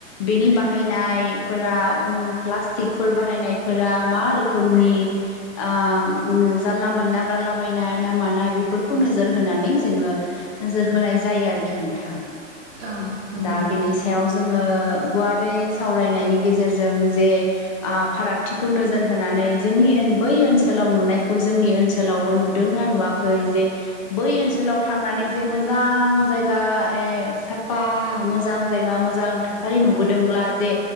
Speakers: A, on the left; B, on the right.
A: बेनि बाहायनायफोरा प्लास्टिकफोर बाहायनायफोरा मा रोखोमनि जानला मोनला गारलाबायनाय ना मानाय बेफोरखौ नोजोर होनानै जोङो नोजोर होनाय जायो आरोखि नोंथां
B: औ नंगौ
A: दा
B: नोंथां
A: बेनि सायाव जोङो गुवारै सावरायनायनि गेजेरजों जे फारागथिखौ नोजोर होनानै जोंनि बै ओनसोलाव नुनायखौ जोंनि ओनसोल ओनसोलावबो नुदोंनाा नुवाखै जे बै ओनसोलाव थांनानै जे मोजां जायगा ए साफा मोजां जायगा मोजां थासारि नुबोदोंब्ला जे